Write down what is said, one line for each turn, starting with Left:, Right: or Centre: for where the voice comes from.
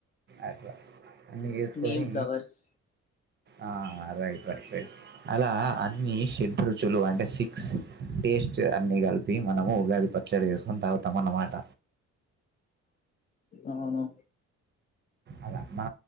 Right: అట్లా అన్నీ వసుకొని
Left: నీమ్ ఫ్లవర్స్
Right: ఆ రైట్ రైట్ రైట్ అలా అన్ని షెడ్ రుచులు అంటే సిక్స్ టేస్ట్ అన్ని కలిపి మనము ఉగాది పచ్చడి చేసుకొని తాగుతాం అన్నమాట
Left: అవునా
Right: అలా మన